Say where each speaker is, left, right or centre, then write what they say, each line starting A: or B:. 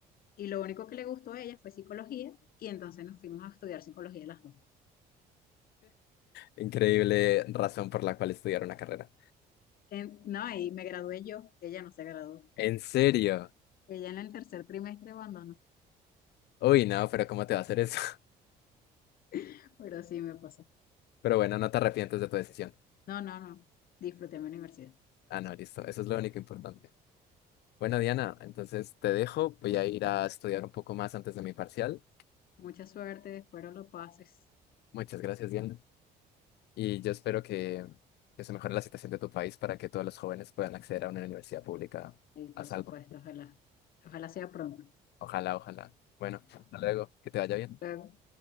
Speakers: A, on the left; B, on the left.
A: Y lo único que le gustó a ella fue psicología y entonces nos fuimos a estudiar psicología las dos.
B: increíble razón por la cual estudiar una carrera.
A: En- no, y me gradué yo, ella no se graduó.
B: ¿En serio?
A: Ella en el tercer trimestre abandonó,
B: Uy, no, pero ¿cómo te va a hacer eso? <laughs>
A: <laughs> pero sí me pasó.
B: Pero bueno, no te arrepientes de tu decisión.
A: No, no, no, disfruté mi universidad.
B: Ah, no, listo. Eso es lo único importante. Bueno, Diana, entonces te dejo. Voy a ir a estudiar un poco más antes de mi parcial.
A: Mucha suerte, espero lo pases.
B: Muchas gracias, Diana. Y yo espero que, que se mejore la situación de tu país para que todos los jóvenes puedan acceder a una universidad pública
A: Y por
B: a salvo.
A: supuesto, ojalá, ojalá sea pronto.
B: Ojalá, ojalá. Bueno, hasta luego, que te vaya bien.
A: Luego